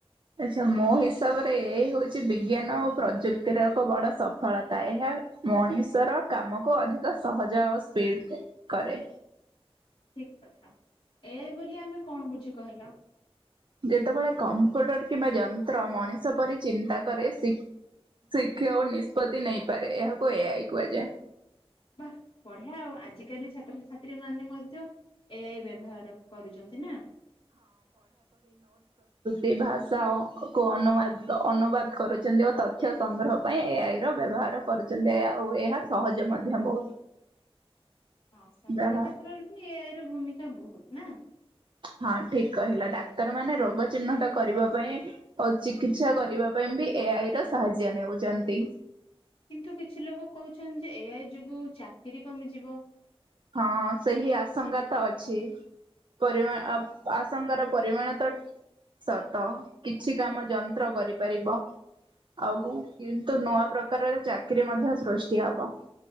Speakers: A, on the right (about 50°); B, on the left (about 55°).
A: ଆଚ୍ଛା ମୋ ହିସାବରେ ଏଆଇ ହଉଛି ବିଜ୍ଞାନ ଓ ପ୍ରଯୁକ୍ତିର ଏକ ବଡ ସଫଳ। ତା ଏହା
B: ହଁ
A: ମଣିଷର କାମ କୁ ଅଧିକ ସହଜ ଆଉ ସ୍ପିଡ କରେ।
B: ଠିକ କଥା ଏଆଇ ବୋଲି ଆମେ କଣ ବୁଝୁ କହିଲ?
A: ଯେତେବେଳେ କମ୍ପ୍ୟୁଟର କିମ୍ବା ଯନ୍ତ୍ର ମଣିଷ ପରି ଚିନ୍ତା କରେ ଶି-ଶିକ୍ଷା ଓ ନିଷ୍ପତ୍ତି ନେଇପାରେ ଏହାକୁ ଏ ଆଇ କୁହାଯାଏ।
B: ବା ବଢିଆ ଆଉ ଆଜିକାଲି ଛାତ୍ରଛାତ୍ରୀ ମାନେ ମଧ୍ୟ ଏ ଆଇ ବ୍ୟବହାର କରୁଚନ୍ତି ନା।
A: ଏଇ ଭାଷା ଅ କୁ ଅନୁବାଦ ଅନୁବାଦ କରୁଚନ୍ତି ଓ ତଥ୍ୟ ସଂଗ୍ରହ ପାଇଁ ଏ ଆଇ ର ବ୍ୟବହାର କରୁଚନ୍ତି ଆଉ ଏହା ସହଜ ମଧ୍ୟ ବହୁତ।
B: ହଁ ସ୍ୱାସ୍ଥ୍ୟ
A: ଯାହା
B: କ୍ଷେତ୍ରରେ ବି ଏ ଆଇ ର ଭୂମିକା ବହୁତ। ନା।
A: ହଁ ଠିକ କହିଲ ଡାକ୍ତର ମାନେ ରୋଗ ଚିହ୍ନଟ କରିବା ପାଇଁ ଆଉ ଚିକିତ୍ସା କରିବା ପାଇଁ ବି ଏ ଆଇ ର ସାହାଯ୍ୟ ନେଉଚନ୍ତି।
B: କିନ୍ତୁ କିଛି ଲୋକ କହୁଛନ୍ତି ଯେ ଏ ଆଇ ଯୋଗୁ ଚାକିରି କମିଯିବ?
A: ହଁ ସେହି ଆଶଙ୍କା ତ ଅଛି ପରିମା ଆଶଙ୍କାର ପରିମାଣ ତ ସତ କିଛି କାମ ଯନ୍ତ୍ର କରିପାରିବ ଆଉ କିନ୍ତୁ ନୂଆ ପ୍ରକାରର ଚାକିରି ମଧ୍ୟ ସୃଷ୍ଟି ହବ।